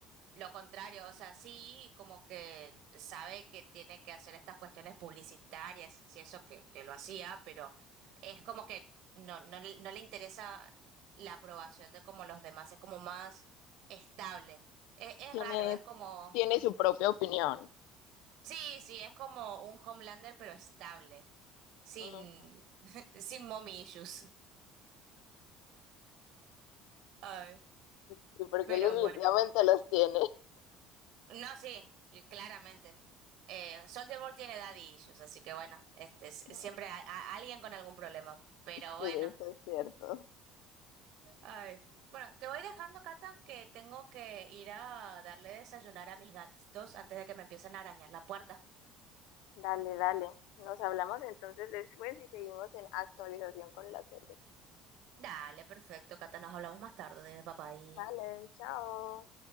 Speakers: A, on the right (about 60°); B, on the left (about 80°).
A: Lo contrario, o sea, sí, como que sabe que tiene que hacer estas cuestiones publicitarias y eso que, que lo hacía, pero es como que no, no, le- no le interesa la aprobación de como los demás, es como más estable. Es, es
B: Tiene,
A: raro, es como,
B: tiene su propia opinión.
A: sí, sí, es como un Homelander, pero estable, sin,
B: Ujú.
A: <laughs> sin mommy issues. Ay,
B: Sí, porque
A: pero
B: él definitivamente
A: bueno.
B: los tiene.
A: No, sí, claramente. Eh, Soldier Boy tiene daddy issues, así que bueno, este,
B: <laughs>
A: s-
B: Ujú.
A: siempre a, a- alguien con algún problema. Pero
B: Sí,
A: bueno.
B: eso es cierto.
A: Ay. Bueno, te voy dejando, Cata, que tengo que ir a darle desayunar a mis gatitos antes de que me empiecen a arañar la puerta.
B: Dale, dale. Nos hablamos entonces después y seguimos en actualización con las series.
A: Dale, perfecto, Cata, nos hablamos más tarde, papá y...
B: Vale, chao.